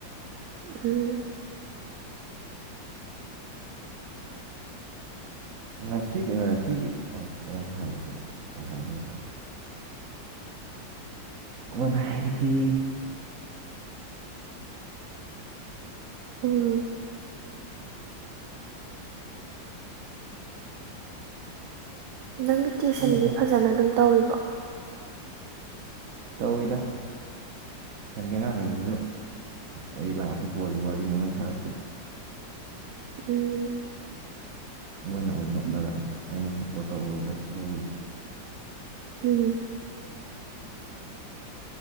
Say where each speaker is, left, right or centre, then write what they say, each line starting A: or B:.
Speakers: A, on the right (about 70°); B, on the right (about 55°).
A: ꯎꯝ <inaudible>
B: ꯉꯁꯤꯒꯤ ꯉꯁꯤꯒꯤ ꯑꯁ ꯍꯣꯔꯦꯟ ꯍꯥꯏꯔꯒꯦ ꯁꯤꯗ ꯍꯥꯏꯕ ꯌꯥꯔꯔꯣꯏ
A: <inaudible>
B: ꯀꯣꯟꯅ ꯍꯥꯏꯔꯒꯦ
A: ꯎꯝ ꯅꯪꯒꯤ ꯇ꯭ꯋꯨꯁꯟꯗꯤ
B: ꯃꯣꯏ
A: ꯐꯖꯅ ꯑꯗꯨꯝ ꯇꯧꯔꯤꯕꯣ
B: ꯇꯧꯏꯗ <unintelligible> ꯑꯩ ꯂꯥꯛꯑꯗꯤ ꯕꯣꯜꯒꯤ ꯋꯥꯔꯤꯅꯤ ꯃꯣꯏꯅ ꯁꯥꯔꯂꯤꯁꯦ
A: ꯎꯝ
B: ꯃꯣꯏꯅ ꯑꯣꯏꯅ ꯅꯣꯛꯅꯔꯅꯤ
A: ꯎꯝ
B: ꯑꯩꯅ ꯁꯞꯄꯣꯔꯠ ꯇꯧꯕꯒꯩ ꯂꯣꯏ ꯄꯣꯏ
A: ꯎꯝ